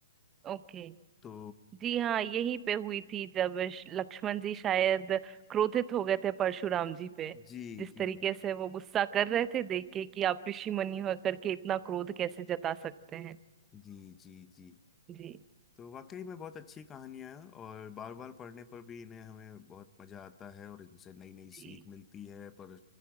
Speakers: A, on the right; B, on the left.
A: ओके
B: तो
A: जी हाँ यहीं पे हुई थी जब श- लक्ष्मण जी शायद क्रोधित हो गए थे परशुराम जी पे
B: जी
A: जिस
B: कि
A: तरीके से वो गुस्सा कर रहे थे देख के कि आप ऋषि मुनि होकर के इतना क्रोध कैसे जता सकते हैं
B: जी जी जी
A: जी
B: तो वाकई में बहुत अच्छी कहानियां हैं और बार बार पढ़ने पर भी इन्हें हमें बहुत मजा आता है और इनसे नई नई
A: जी
B: सीख मिलती है पर